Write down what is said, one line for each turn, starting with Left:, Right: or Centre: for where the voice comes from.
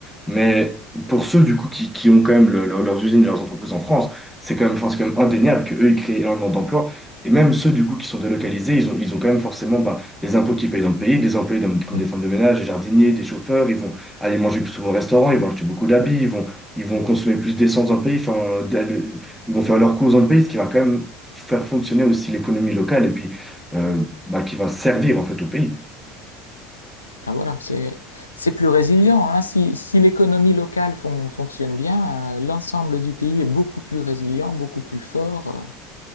Centre: Mais pour ceux du coup qui, qui ont quand même le- le- leurs usines et leurs entreprises en France, c'est quand même, enfin, c'est quand même indéniable qu'eux, ils créent énormément d'emplois. Et même ceux du coup qui sont délocalisés, ils ont, ils ont quand même forcément bah, les impôts qu'ils payent dans le pays, des employés dans- comme
Left: Hmm.
Centre: des femmes de ménage, des jardiniers, des chauffeurs, ils vont aller manger plus souvent au restaurant, ils vont acheter beaucoup d'habits, ils vont, ils vont consommer plus d'essence dans le pays, enfin, euh, d'aller- ils vont faire leurs courses dans le pays, ce qui va quand même faire fonctionner aussi l'économie locale et puis euh, bah, qui va servir en fait au pays.
Left: Ben voilà, c'est c'est plus résilient. hein. Si, si l'économie locale fon- fonctionne bien, euh, l'ensemble du pays est beaucoup plus résilient, beaucoup plus fort. euh.